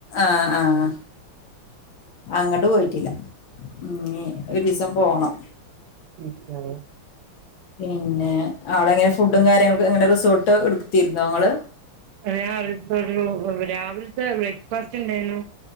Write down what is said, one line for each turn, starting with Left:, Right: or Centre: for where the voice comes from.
Left: ആഹ് ആഹ് അങ്ങട് പോയിട്ടില്ല ഇനി ഒരിസം പോണം
Right: ബീച്ചിലാണോ
Left: പിന്നെ അവിടെങ്ങനെ ഫുഡും കാര്യങ്ങൾക്ക്‌ എങ്ങനെ റിസോർട്ട് എടുത്തുത്തിയിരുന്ന നിങ്ങള്
Right: ഞാൻ <unintelligible> രാവിലത്തെ ബ്രേക്ക്ഫാസ്റ്റ് ഉണ്ടായിന്നു